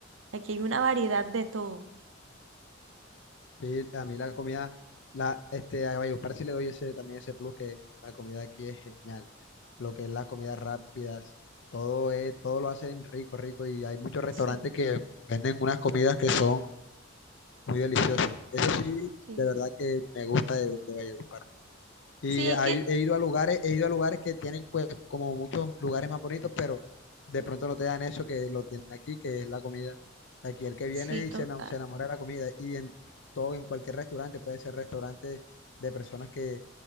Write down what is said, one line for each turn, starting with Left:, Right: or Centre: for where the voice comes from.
Right: aquí hay una variedad de todo.
Left: Sí, a mí la comida, la, este, a Valledupar sí le doy ese, también ese plus que la comida aquí es genial. Lo que es las comidas rápidas, todo es, todo lo hacen rico, rico y hay muchos restaurantes
Right: Sí,
Left: que venden unas comidas que son muy deliciosas. Eso sí,
Right: sí.
Left: de verdad que me gusta de, de Valledupar. Y
Right: Sí, es
Left: hay-
Right: que,
Left: he ido a lugares, he ido a lugares que tienen pues como muchos lugares más bonitos, pero de pronto no te dan eso que lo tienen aquí, que es la comida. Aquí el que viene
Right: sí,
Left: y
Right: total.
Left: se, ena- se enamora de la comida. Y en todo, en cualquier restaurante, puede ser restaurante de personas que,